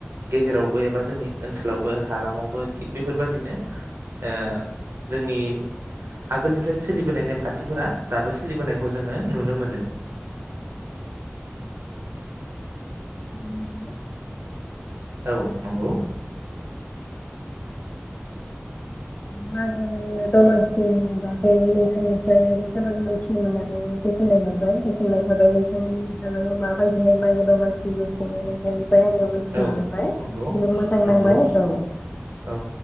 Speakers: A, on the right; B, on the left.
A: गेजेरावबो एबा जोंनि ओनसोलावबो हालामावबो थिक बेफोरबादिनो ओ जोंनि आगोलनिफ्रायनो सोलिबोनाय नेमखान थिफोरा दाबो सोलिबोनायखौ जोङो नुनो मोनो
B: नोंगौ
A: औ नंगौ
B: मागो दमासिनि बागै नोंथांनिफ्राय मोनथिनि मोननानै गोजोननाय मोनबाय गोजोननाय थाबाय नोंथांनि नोंथाङा माबायदिहाय मागो दमानसिबो खुङो नोंथांनि ओमफ्राय आंबो मिथिनो
A: औ
B: मोनबाय
A: नंगौ
B: जोबोद मोजां नांबाय
A: नंगौ
B: औ
A: औ